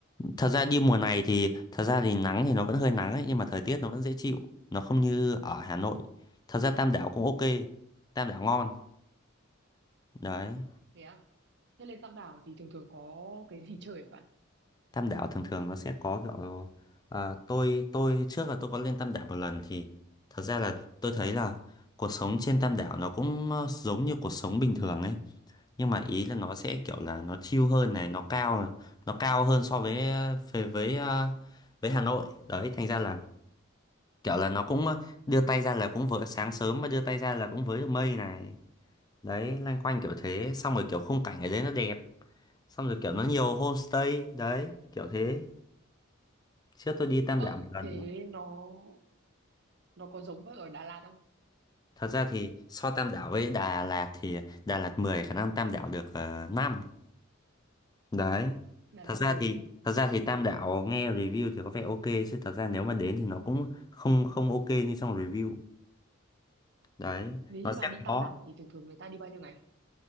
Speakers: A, on the left; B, on the right.
A: thật ra đi mùa này thì thật ra thì nắng thì nó vẫn hơi nắng ấy nhưng mà thời tiết nó vẫn dễ chịu nó không như ở Hà Nội thật ra Tam Đảo cũng ok Tam Đảo ngon đấy
B: Thế à? Thế lên Tam Đảo thì thường thường có cái gì chơi vậy? ạ?
A: tam đảo thường thường nó sẽ có kiểu à, tôi tôi trước là tôi có lên tam đảo một lần thì thật ra là tôi thấy là cuộc sống trên tam đảo nó cũng ờ, giống như cuộc sống bình thường ấy nhưng mà ý là nó sẽ kiểu là nó chill hơn này nó cao nó cao hơn so với với với, ờ, với Hà Nội đấy thành ra là kiểu là nó cũng ờ, đưa tay ra là cũng với sáng sớm mà đưa tay ra là cũng với được mây này đấy loanh quanh kiểu thế xong rồi kiểu khung cảnh ở đấy nó đẹp xong rồi kiểu nó nhiều homestay đấy kiểu thế Trước tôi đi Tam
B: Ơ,
A: Đảo một lần.
B: thế
A: mà.
B: nó nó có giống với ở Đà Lạt không?
A: Thật ra thì so Tam Đảo với Đà Lạt thì Đà Lạt 10 khả năng Tam Đảo được uh, 5. Đấy.
B: Đà
A: Thật
B: Lạt
A: ra
B: mười
A: thì thật ra thì Tam Đảo nghe review thì có vẻ ok chứ thật ra nếu mà đến thì nó cũng không không ok như trong review. Đấy.
B: Nếu
A: Nó
B: như
A: sẽ
B: mà đi Tam
A: có
B: Đảo thì thường thường người ta đi bao nhiêu ngày?